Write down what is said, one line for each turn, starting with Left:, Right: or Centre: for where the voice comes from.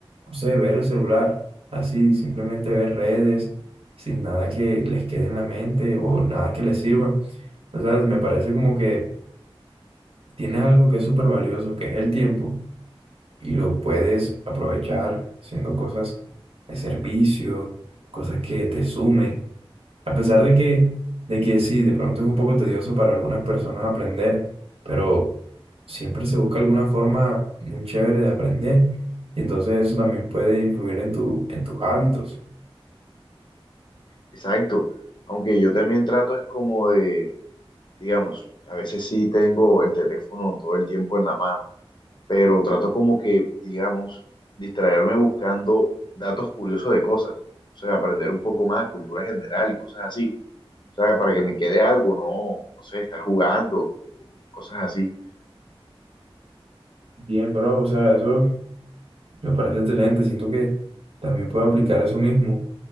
Right: no sé, ver el celular, así, simplemente ver redes, sin nada que les quede en la mente o nada que les sirva. O sea, me parece como que tienes algo que es súper valioso, que es el tiempo y lo puedes aprovechar haciendo cosas de servicio, cosas que te sumen. A pesar de que, de que sí, de pronto es un poco tedioso para algunas personas aprender, pero siempre se busca alguna forma muy chévere de aprender. Y entonces eso también puede influir en tu, en tus hábitos.
Left: Exacto. Aunque yo también trato es como de, digamos, a veces sí tengo el teléfono todo el tiempo en la mano, pero trato como que, digamos, distraerme buscando datos curiosos de cosas. O sea, aprender un poco más, cultura general y cosas así. O sea, para que me quede algo, no, no sé, estar jugando, cosas así.
Right: Bien, bro, o sea, eso me parece excelente. Siento que también puedo aplicar eso mismo.